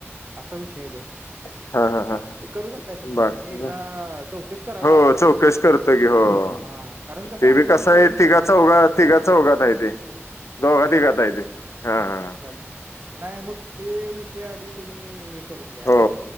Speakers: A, on the right; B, on the left.
A: असा विषय हाय तो.
B: हा, हा, हा,
A: ते करू शकताय तुम्ही
B: बाकी
A: तुम्ही एकदा
B: काय
A: चौकशी करा गावाकडं.
B: हो चौकशी करतो, की, हो,
A: हा कारण
B: ते बी
A: असं
B: कसं
A: पण पडूनच
B: आहे तिघा-चौघात,
A: ना.
B: तिघा-चौघात हाय ते, दोघा-तिघात
A: अच्छा
B: आहे ते हा, हा.
A: अच्छा अच्छा नाही मग ते विषय आधी तुम्ही हे करून घ्या.
B: हो